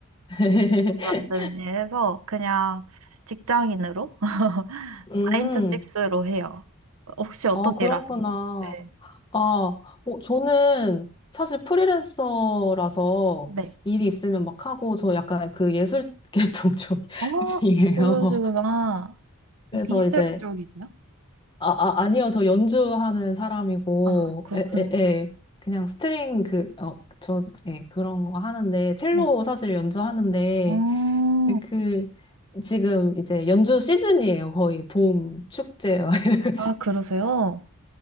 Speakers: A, on the left; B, on the right.
A: <laughs>
B: 어플 만드는 일 해서 그냥 직장인으로 <laughs>
A: 음,
B: 9to6로 해요. 혹시 어떤
A: 아, 그렇구나.
B: 일 하세요? 네.
A: 아, 어, 저는 사실 프리랜서라서
B: 네.
A: 일이 있으면 막 하고, 저 약간 그 예술 계통
B: 아,
A: <laughs> 쪽이에요.
B: 그러시구나.
A: 그래서
B: 미술
A: 이제,
B: 쪽이세요?
A: 아, 아, 아니요. 저 연주하는 사람이고,
B: 아, 그렇구나.
A: 에, 에, 에. 그냥 스트링 그, 어, 저, 예, 그런 거 하는데, 첼로
B: 네.
A: 사실 연주하는데,
B: 어,
A: 그, 그 지금 이제 연주 시즌이에요. 거의 봄 축제, 막 <laughs> 이래가지고.
B: 아, 그러세요?